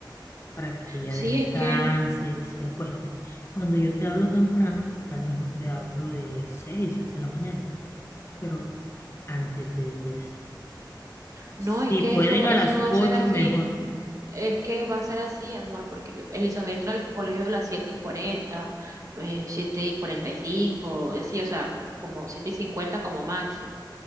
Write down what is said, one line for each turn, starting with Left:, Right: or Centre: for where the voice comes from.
Left: para que ella
Right: Sí,
Left: descanse,
Right: es que,
Left: se acueste. Cuando yo te hablo temprano, tal vez no te hablo de 6 7 de la mañana, pero antes de diez
Right: no,
Left: Si
Right: es que
Left: pueden
Right: eso, eso
Left: a las
Right: va a
Left: 8
Right: ser así.
Left: mejor.
Right: Es que va a ser así, amor, porque Elizabeth entra al colegio a las 7 y cuarenta, eh, 7 y 40 y cinco, y así, o sea, como 7 y 50 como máximo.